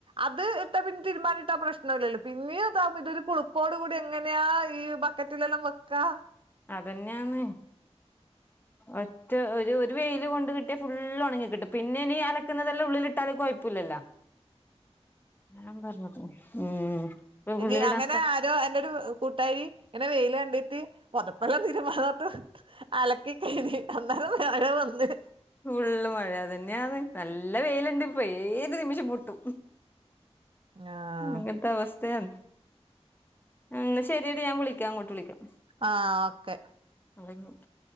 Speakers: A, on the right; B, on the left.
A: അത് ഇട്ട പിന്ന തീരുമ്പാനിട്ടാ പ്രശ്നല്ലല്ലോ. പിന്നെതാവുമ്പോ ഇതോരു കുളുപ്പോട് കൂടി ഇങ്ങനെ, ങ്ങനെയാ ഈ ബക്കറ്റിലെല്ലാം വെക്കാ.
B: അതന്നെയാന്നെ. ഒറ്റ ഒരു വെയില് കൊണ്ട് കിട്ടിയാ ഫുള് ഉണങ്ങി കിട്ടും. പിന്നെ ഇനി അലക്കുന്നതല്ലാം ഉള്ളിൽ ഇട്ടാലും കുഴപ്പുല്ലല്ലോ. ഞാൻ പർഞ്ഞതും ഉം. ഇപ്പൊ
A: എന്നി
B: ഉള്ളിലിടാൻ
A: അങ്ങനെ
B: സ്ഥ
A: ആ എ എന്റെ ഒരു കൂട്ടാരി ഇങ്ങനെ വെയിൽ കണ്ടിട്ട് പൊതപ്പല്ലാം തീരുമാനോർത്തു, അലക്കി കഴിഞ്ഞ് അന്നേരം മഴ വന്ന്.
B: ഫുള്ള് മഴ. അതന്നെയാന്ന് നല്ല വെയിലുണ്ട് ഇപ്പ ഏത് നിമിഷം പൊട്ടും.
A: ആഹ്
B: ഇങ്ങൻത്തെ അവസ് അ ന്നാ ശരിയടി ഞാൻ വിളിക്കാം അങ്ങോട്ട് വിളിക്കാം
A: ആഹ ഓക്കെ
B: <unintelligible>